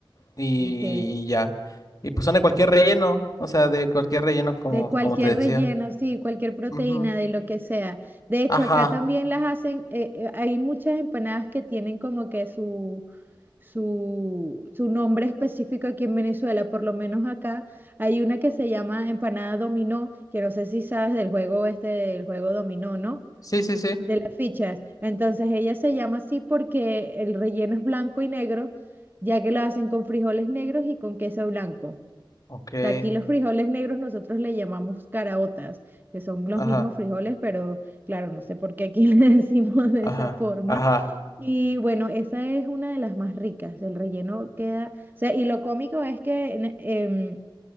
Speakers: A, on the left; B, on the right.
A: y
B: ok.
A: ya. Y pues son de cualquier relleno, o sea, de cualquier relleno como,
B: De cualquier
A: como te decía.
B: relleno, sí, cualquier proteína,
A: Ujú.
B: de lo que sea. De hecho,
A: Ajá.
B: acá también las hacen, eh, eh, hay muchas empanadas que tienen como que su, su, su nombre específico aquí en Venezuela, por lo menos acá hay una que se llama empanada dominó, que no sé si sabes del juego este, del juego dominó, ¿no?
A: Sí, sí, sí.
B: De las fichas. Entonces ella se llama así porque el relleno es blanco y negro, ya que lo hacen con frijoles negros y con queso blanco.
A: Ok.
B: O sea, aquí los frijoles negros nosotros le llamamos caraotas, que son los
A: Ajá.
B: mismos frijoles, pero claro, no sé por qué aquí <laughs> le decimos de
A: Ajá.
B: esa forma.
A: Ajá.
B: Y bueno, esa es una de las más ricas. El relleno queda, o sea, y lo cómico es que en- em,